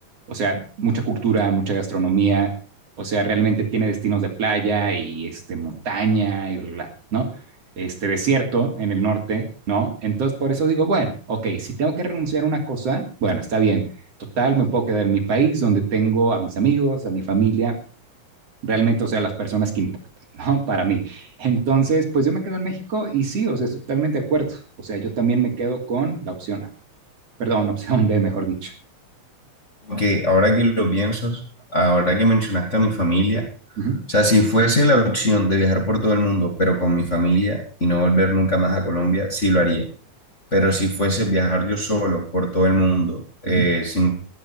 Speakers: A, on the right; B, on the left.
A: o sea, mucha cultura, mucha gastronomía, o sea, realmente tiene destinos de playa y este, montaña y bla, bla, ¿no? Este desierto en el norte, ¿no? Entonces, por eso digo, bueno, ok, si tengo que renunciar a una cosa, bueno, está bien. Total, me puedo quedar en mi país donde tengo a mis amigos, a mi familia, realmente, o sea, las personas que importan, ¿no? Para mí. Entonces, pues yo me quedo en México y sí, o sea, estoy totalmente de acuerdo. O sea, yo también me quedo con la opción A, perdón, <laughs> opción B, mejor dicho.
B: Aunque ahora que lo pienso, ahora que mencionaste a mi familia,
A: Uh -huh,
B: o sea, si fuese la opción de viajar por todo el mundo, pero con mi familia y no volver nunca más a Colombia, sí lo haría. Pero si fuese viajar yo solo por todo el mundo, eh,
A: uh -huh.
B: sin